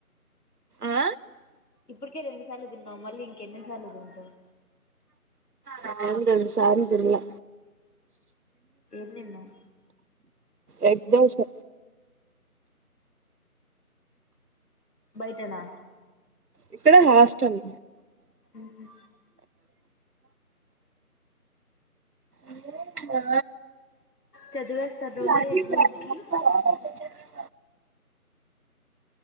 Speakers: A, on the right; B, on the left.
A: ఆ
B: ఇప్పటికే రెండు సార్లు తిన్నావ్. మళ్ళీ ఇంకెన్నిసార్లు తింటావ్.
A: నాకు తెలుసు. సార్లు తిన్లే.
B: ఏం తిన్నావు
A: ఎవరిక్దేల్సు.
B: బయటేనా
A: ఇక్కడే మా హాస్టల్.
B: ఉహు
A: ఏంది
B: చదివేస్తాన్నావులే
A: మా <unintelligible>
B: ఎగ్జామ్ కి